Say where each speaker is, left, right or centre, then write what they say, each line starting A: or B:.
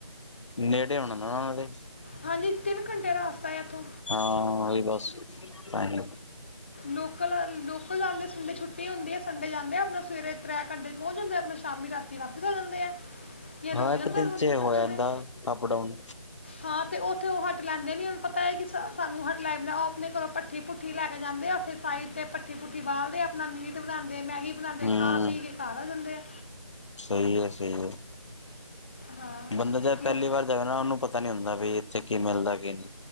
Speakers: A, on the left (about 60°); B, on the left (about 20°).
A: ਨੇੜੇ ਹੋਣਾ ਨਾ ਉਹਨਾਂ ਦੇ
B: ਹਾਂਜੀ, ਤਿੰਨ ਘੰਟੇ ਰਸਤਾ ਹੈ ਇੱਥੋਂ
A: ਹਾਂ, ਉਈ ਬੱਸ ਤਾਂਹੀ
B: ਲੋਕਲ, ਲੋਕਲ ਜਾਂਦੇ ਸੰਡੇ ਛੁੱਟੀ ਹੁੰਦੀ ਹੈ ਸੰਡੇ ਜਾਂਦੇ ਆਪ ਸਵੇਰੇ ਤ੍ਰੈ ਘੰਟੇ ਪਹੁੰਚ ਜਾਂਦੇ ਆਪਣਾ ਸ਼ਾਮੀ ਰਾਤੀ ਵਾਪਿਸ ਹੋ ਜਾਂਦੇ ਆ, ਕੀ ਰੁਕ
A: ਹਾਂ ਇੱਕ
B: ਜਾਂਦਾ
A: ਦਿਨ
B: ਇਕ-ਦੋ
A: ਚ ਹੋ ਜਾਂਦਾ
B: ਦਿਨ
A: ਅਪ ਡਾਊਨ
B: ਹਾਂ ਤੇ ਉੱਥੇ ਉਹ ਹੱਟ ਲੈਂਦੇ ਨੇ, ਉਹਨੂੰ ਪਤਾ ਐ ਕਿ ਸਾਨੂੰ ਹੱਟ ਲੈ, ਉਹ ਆਪਣੇ ਘਰੋਂ ਭੱਠੀ-ਭੁਠੀ ਲੈ ਜਾਂਦੇ ਆ, ਉੱਥੇ ਸਾਈਡ ਤੇ ਭੱਠੀ-ਭੁੱਠੀ ਬਾਲਦੇ ਆਪਣਾ ਮੀਟ ਬਣਾਂਦੇ, ਮੈਗੀ ਬਣਾਂਦੇ
A: ਹੂੰ
B: ਖਾ ਪੀ ਕੇ ਸਾਰਾ ਦਿੰਦੇ ਆ।
A: ਸਹੀ ਐ, ਸਹੀ ਐ।
B: ਹਾਂ
A: ਬੰਦਾ ਜਦ
B: ਲੋਕ
A: ਪਹਿਲੀ ਵਾਰ ਜਾਵੇ ਨਾ, ਉਹਨੂੰ ਪਤਾ ਨੀ ਹੁੰਦਾ ਵੀ ਇੱਥੇ ਕੀ ਮਿਲਦਾ ਕੀ ਨਹੀਂ।